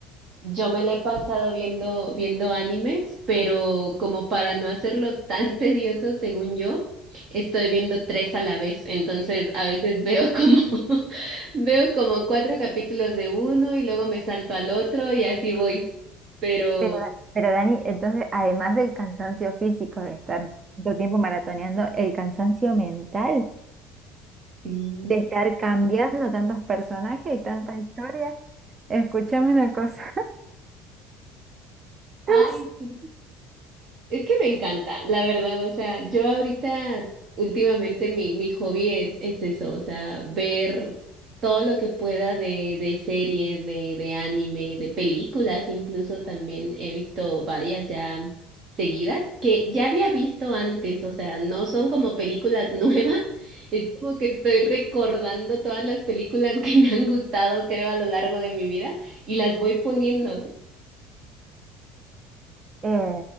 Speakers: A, on the right; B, on the right.
A: yo me la he pasado viendo, viendo animes, pero como para no hacerlo tan <laughs> tedioso, según yo, estoy viendo tres a la vez. Entonces, a veces veo como, <laughs> veo como cuatro capítulos de uno y luego me salto al otro y así voy. Pero,
B: Pero, Da- pero Dani, entonces, además del cansancio físico de estar tanto tiempo maratoneando, el cansancio mental.
A: sí.
B: de estar cambiando tantos personajes y tanta historia. Escúchame una cosa.
A: Ay,
B: <laughs>
A: sí. Es que me encanta, la verdad, o sea, yo ahorita, últimamente mi, mi hobby es, es eso, o sea, ver todo lo que pueda de, de series, de, de anime, de películas, incluso también he visto varias ya seguidas que ya había visto antes, o sea, no son como películas <laughs> nuevas, es como que estoy recordando todas las películas que me han gustado, creo, a lo largo de mi vida y las voy poniendo.
B: Eh,